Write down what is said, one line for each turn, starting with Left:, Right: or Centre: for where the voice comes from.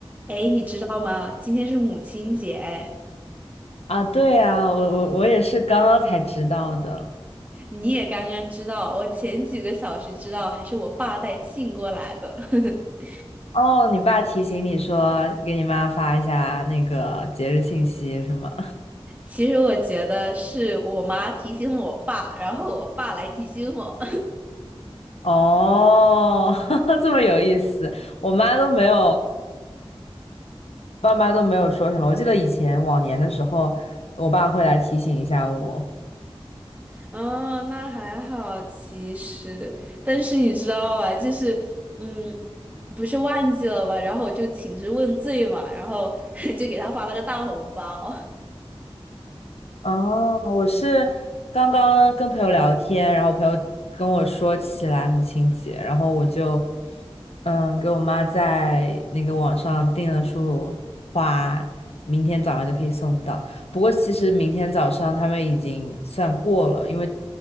Right: 哎，诶你知道吗？今天是母亲节，哎，
Left: 啊，对啊，我我我也是刚刚才知道的。
Right: 你也刚刚知道，我前几个小时知道，还是我爸带信过来的。<laughs>
Left: 哦，你爸提醒你说给你妈发一下那个节日信息是吗？
Right: 其实我觉得是我妈提醒了我爸，然后我爸来提醒我。
Left: 哦，<laughs> 这么有意思，我妈都没有，爸妈都没有说什么。我记得以前往年的时候，我爸会来提醒一下我。
Right: <laughs> 哦，那还好，其实，但是你知道吧，就是，嗯，不是忘记了嘛，然后我就请示问罪嘛，然后 <laughs> 就给他发了个大红包。<laughs>
Left: 哦，我是刚刚跟朋友聊天，然后朋友跟我说起来母亲节，然后我就嗯给我妈在那个网上订了束花，明天早上就可以送到。不过其实明天早上他们已经算过了，因为